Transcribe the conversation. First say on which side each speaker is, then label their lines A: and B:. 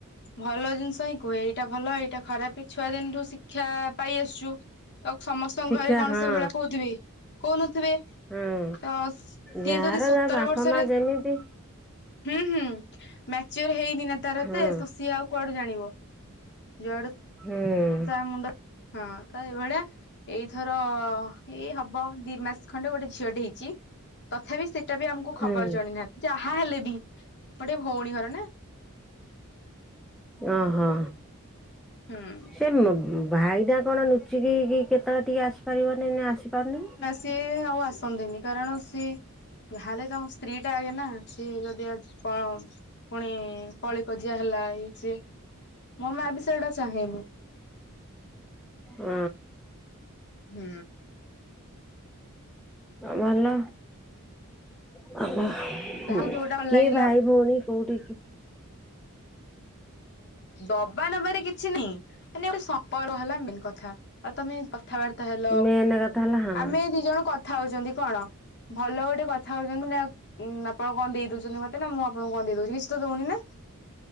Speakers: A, on the left (about 50°); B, in the centre.
A: ଭଲ ଜିନିଷ ହିଁ କୁହେ, ଏଇଟା ଭଲ, ଏଇଟା ଖରାପ ଛୁଆଦିନଠୁ ଶିକ୍ଷା ପାଇ ଆସୁଛୁ। ତ ସମସ୍ତଙ୍କ
B: ଶିକ୍ଷା
A: ଘରେ କଣ
B: ହଁ
A: ସେଇ ଭଳିଆ କହୁଥିବେ କି କହୁନଥିବେ
B: ହୁଁ।
A: ତ ସିଏ
B: ଯାହାର
A: ଯଦି ସତର
B: ଯାହା ବାପା
A: ବର୍ଷରେ
B: ମା ଯେମିତି
A: ହୁଁ, ହୁଁ ମ୍ୟାଚର ହେଇନି ନା ତାର
B: ହୁଁ
A: ଏତେ ସିଏ ଆଉ କୁଆଡୁ ଜାଣିବ। ଜୁଆଡ
B: ହୁଁ
A: ତା ମୁଣ୍ଡ ହଁ, ତ ଏଇଭଳିଆ। ଏଇଥର ଏଇ ହବ ଦି ମାସ ଖଣ୍ଡେ ଗୋଟେ ଝିଅଟେ ହେଇଛି। ତଥାପି ସେଟା ବି ଆମକୁ
B: ହୁଁ
A: ଖବର ଜଣେଇ ନାହାନ୍ତି। ଯାହା ହେଲେ ବି ଗୋଟେ ଭଉଣୀ ଘର ନା
B: ଓ ହୋ
A: ହୁଁ
B: ସେ ମତ ଭାଇଟା କଣ ନୁଚିକି କି କେତେବେଳେ ଟିକେ ଆସିପାରିବନି ନା ଆସିପାରୁନି ନା
A: ସିଏ ଆଉ ଆସନ୍ତିନି କାରଣ ସିଏ ଯାହାହେଲେ ତାଙ୍କ ସ୍ତ୍ରୀ ଟା ଆଗେ ନା ସିଏ ଯଦି ଆ କଣ ପୁଣି କଳିକଜିଆ ହେଲା ଇଏ ସିଏ ମୋ ମା ବି ସେଇଡା ଚାହେଁନି।
B: ଉଁ
A: ହୁଁ
B: ଭଲ <unintelligible> ହୁଁ,
A: ଯାହାକୁ ଯୋଉଟା ଭଲ
B: କିଏ
A: ଲାଗିଲା
B: ଭାଇ ଭଉଣୀ କୋଉଠି ହୁଁ,
A: ଦବା ନବାରେ କିଛି ନାଇଁ ମାନେ ଗୋ ସମ୍ପର୍କ ହେଲା ମେନ୍ କଥା ଆଉ ତମେ କଥାବାର୍ତ୍ତା ହେଲ
B: ମେନ୍ କଥା ହେଲା ହଁ
A: ଆମେ ଦି ଜଣ କଥା ହଉଛନ୍ତି କଣ? ଭଲ ଗୋଟେ କଥା ହଉଚନ୍ତି ନା ଉ ଆପଣ କଣ ଦେଇ ଦଉଚନ୍ତି ମତେ। ନା ମୁଁ ଆପଣଙ୍କୁ କଣ ଦେଇ ଦଉଛି କିଛି ତ ଦଉନି ନା?